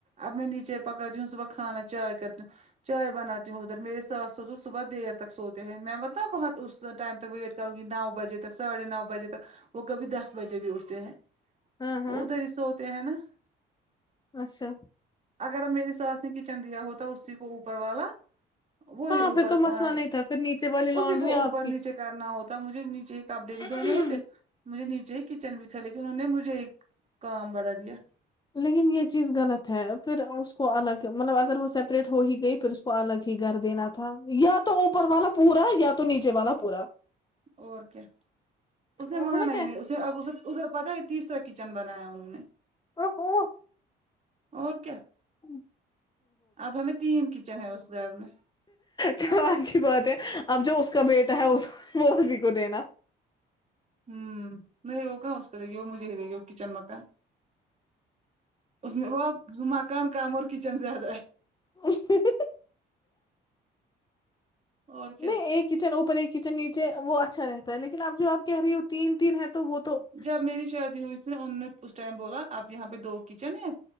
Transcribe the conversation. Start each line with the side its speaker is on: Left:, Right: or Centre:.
Right: اب میں نیچے پکاتی ہوں صبح کھانا چائے کرتی ہوں چائے بناتی ہوں ادھر میرے ساس سسر صبح دیر تک سوتے ہیں میں پتہ بہت اس ٹائم تک ویٹ کروں گی نو بجے تک ساڑھے نو بجے تک وہ کبھی دس بجے بھی اٹھتے ہیں
Left: ہاں ہاں
Right: وہ ادھر ہی سوتے ہے نا
Left: اچھا
Right: اگر میری ساس نے کچن دیا ہوتا اسی کو اوپر والا وہی
Left: ہاں
Right: اوپر
Left: پھر تو مسئلہ
Right: ا
Left: نہیں تھا پھر نیچے والی
Right: اسی
Left: لانڈری
Right: کو اوپر
Left: آپ
Right: نیچے کرنا ہوتا مجھے نیچے کپڑے بھی دھونے
Left: کی
Right: ہوتے مجھے نیچے ہی کچن بھی تھا لیکن انہوں نے مجھے ایک کام بڑھا دیا
Left: لیکن یہ چیز غلط ہے پھر اس کو الگ مطلب اگر وہ سیپریٹ ہو ہی گئی پھر اس کو الگ ہی گھر دینا تھا یا تو اوپر والا پورا یا تو نیچے والا پورا
Right: اور کیا اس نے مانا
Left: وہ ہے نا
Right: ہی نہیں اس نے اب اسے ادھر پتا ہے تیسرا کچن بنایا انہوں نے
Left: کب
Right: اور کیا
Left: ہوں
Right: اب ہمیں تین کچن ہے اس گھر میں
Left: چلو اچھی بات ہے اب جو اس کا بیٹا ہے وہ اسی کو دینا
Right: ہوں نہیں ہوگا اس کا دے گی وہ مجھے ہی دے گی وہ کچن مکان اس میں وہ اب مکان کم اور کچن سے زیادہ
Left: اں ہوں ہوں
Right: اور کیا
Left: نہیں ایک کچن اوپر ایک کچن نیچے وہ اچھا رہتا ہے لیکن اب جو آپ کہہ رہی ہو تین تین ہے تو وہ تو
Right: جب میری شادی ہوئی تھی انہوں نے اس ٹائم بولا اب یہاں پہ دو کچن ہے